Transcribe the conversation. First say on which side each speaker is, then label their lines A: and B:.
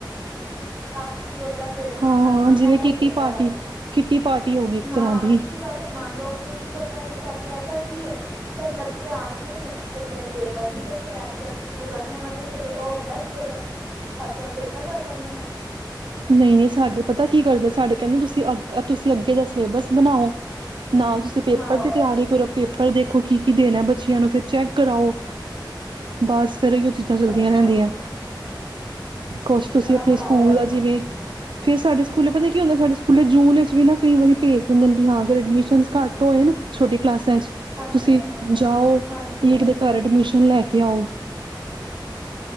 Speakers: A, on the right (about 40°); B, on the right (about 75°).
A: <inaudible> ਛਰੀ ਵਗੈਰਾ ਖੇਡਣਾ
B: ਹਾਂ
A: ਕਰਨਾ
B: ਜਿਵੇਂ
A: ਇਹ ਸਭ
B: ਕਿੱਟੀ
A: ਚੱਲਦਾ
B: ਪਾਰਟੀ
A: ਹੈ ਬਸ,
B: ਕਿੱਟੀ ਪਾਰਟੀ ਹੋ ਗਈ ਇੱਕ
A: ਹਾਂ
B: ਤਰ੍ਹਾਂ ਦੀ
A: ਕਿਟੀ ਪਾਟੀ ਮੰਨ ਲਓ ਪੂਰੀ ਪੰਦਰਾਂ ਦਿਨ ਸਾਡੀ ਇਹ ਚੱਲਦੀ ਹੈ, ਫੇਰ ਬੱਚੇ ਆਉਂਦੇ ਨੇ ਤੇ ਫਿਰ ਪੇਪਰ ਦੀ ਫਿਰ ਤਿਆਰੀ ਕਰਨੀ ਸ਼ੁਰੂ ਕਰਨੀ ਉਹ ਦੇ ਸ ਉਹ ਹੁੰਦਾ ਸਿਲੇਬਸੱ ਪੇਪਰ ਬਣ ਜਾਂਦੇ ਨੇ
B: ਨਹੀਂ-ਨਹੀਂ ਸਾਡੇ ਪਤਾ ਕੀ ਕਰਦੇ ਸਾਡੇ ਕਹਿੰਦੇ ਤੁਸੀਂ ਅ ਤੁਸੀਂ ਅੱਗੇ ਦਾ ਸਿਲੇਬਸ ਬਣਾਓ ਨਾਲ੍ ਤੁਸੀਂ ਪੇਪਰ
A: ਹਾਂ
B: ਦੀ ਤਿਆਰੀ ਕਰੋ ਪੇਪਰ ਦੇਖੋ ਕੀ ਕੀ ਦੇਣਾ ਬੱਚਿਆਂ ਨੂੰ ਫਿਰ ਚੈੱਕ ਕਰਾਓ ਬਸ ਫਿਰ ਹੀ ਉਹ ਚੀਜ਼ਾਂ ਚਲਦੀਆਂ
A: ਅੱਛਾ
B: ਰਹਿੰਦੀਆਂ ਕੁਛ ਤੁਸੀਂ
A: ਬੜਾ
B: ਆਪਣੇ
A: ਖ਼ਰਾਬ
B: ਸਕੂਲ
A: ਹੈ ਇਹ
B: ਦਾ
A: ਤਾਂ ਕੰਮ
B: ਜਿਵੇਂ ਫੇਰ ਸਾਡੇ ਸਕੂਲ ਪਤਾ ਕੀ ਹੁੰਦਾ ਸਾਡੇ ਸਕੂਲ ਜੂਨ ਵਿੱਚ ਵੀ ਨਾ ਕਈ ਵਾਰੀ ਭੇਜ ਦਿੰਦੇ ਨੇ ਵੀ ਹਾਂ ਐਡਮਿਸ਼ਨ ਘੱਟ ਹੋਏ ਨਾ ਛੋਟੀ ਕਲਾਸਾਂ।
A: ਹਾਂਜੀ
B: ਤੁਸੀਂ ਜਾਓ,
A: ਹਾਂਜੀ
B: ਇੱਕ ਦੇ ਘਰ ਐਡਮਿਸ਼ਨ ਲੈ ਕੇ ਆਓ।